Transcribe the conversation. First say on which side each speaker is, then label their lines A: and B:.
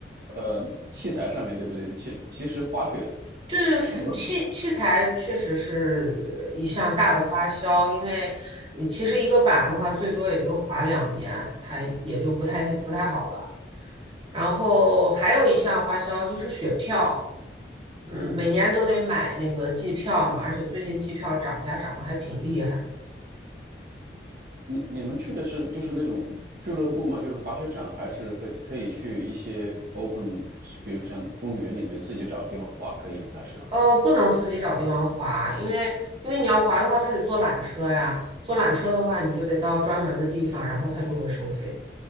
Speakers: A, on the right; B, on the right.
A: 呃器材上面，对不对？其其实滑雪
B: 对，服器器材确实是一项大的花销，
A: 成本。
B: 因为你其实一个板的话，最多也就划两年，它也就不太不太好了。然后还有一项花销就是雪票，嗯，
A: 嗯
B: 每年都得买那个季票嘛，而且最近季票涨价涨得还挺厉害的。
A: 你你们去的是就是那种俱乐部吗？就是滑雪场，还是会可以去一些 open，比如像公园里面自己找个地方滑，可以吗？还是？
B: 呃，不能自己找地方滑，因为因为你要滑的话，他得坐缆车呀，坐缆车的话，你就得到专门的地方，然后他就会收费。